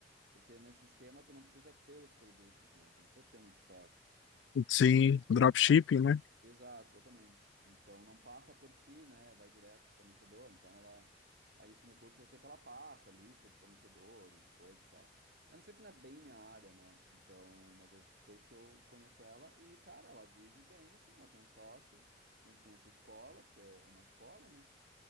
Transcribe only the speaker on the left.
Sim, dropshipping,
né?